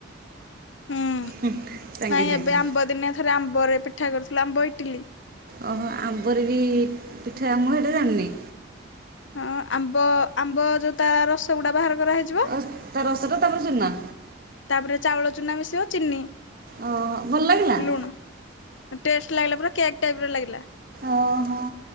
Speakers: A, on the left (about 70°); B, on the right (about 45°).
A: ହୁଁ
B: ହୁଁ। ସାଙ୍ଗେ
A: ନାଇଁ
B: ସାଙ୍ଗେ
A: ଏବେ ଆମ୍ବ ଦିନେ ଆ ଥରେ ଆମ୍ବ ରେ ପିଠା କରୁଥିଲି ଆମ୍ବ ଇଟିଲି
B: ଓହୋ ଆମ୍ବର ବି ପିଠା ମୁଁ ସେଇଟା ଜାଣିନି।
A: ହଁ ଆମ୍ବ ଆମ୍ବ ଯୋଉ ତା ରସ ଗୁଡା ବାହାର କରାହେଇଯିବ
B: ଓହ ତା ରସଟା ତାପରେ ଚୁନା
A: ତାପରେ ଚାଉଳ ଚୁନା ମିଶିବ, ଚିନି
B: ଓହୋ ଭଲ ଲାଗିଲା
A: ଲୁଣ ଟେଷ୍ଟ ଲାଗିଲା ପୁରା କେକ୍ ଟାଇପ୍ ର ଲାଗିଲା।
B: ଓ ହୋ